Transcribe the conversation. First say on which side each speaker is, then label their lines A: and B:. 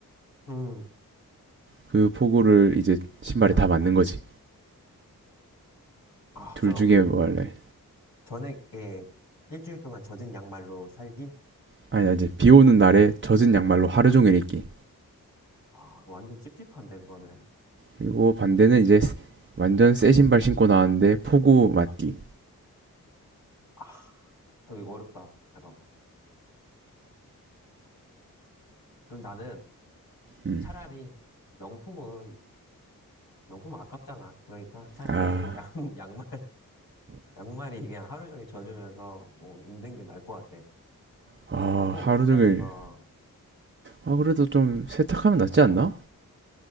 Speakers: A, on the left; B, on the right.
A: 응.
B: 그 폭우를 이제 신발에 다 맞는 거지.
A: 아,
B: 둘
A: 저
B: 중에
A: 그
B: 뭐 할래?
A: 전액에 일주일 동안 젖은 양말로 살기?
B: 아니 이제 비 오는 날에 젖은 양말로
A: 어,
B: 하루 종일 입기.
A: 아, 완전 찝찝한데, 그거는.
B: 그리고 반대는 이제 완전 새 신발 신고 나왔는데 폭우 맞기.
A: 아. 어, 이거 어렵다. 잠깐만. 그럼 나는
B: 음.
A: 차라리 명품은 명품 아깝잖아. 그러니까 차라리
B: 아,
A: 내 양, <laughs> 양말, 양말이 그냥 하루 종일 젖으면서 뭐 있는 게 나을 것 같아.
B: 아
A: 뭐 명품은
B: 하루
A: 비싸니까.
B: 종일. 아 그래도 좀 세탁하면 낫지 않나?